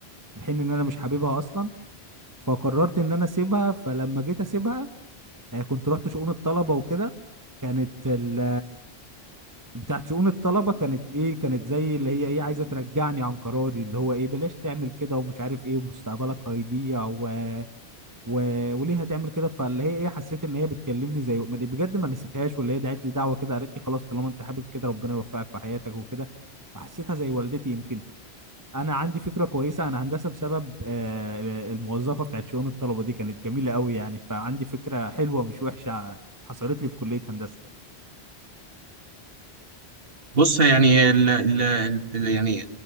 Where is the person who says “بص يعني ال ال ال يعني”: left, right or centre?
Right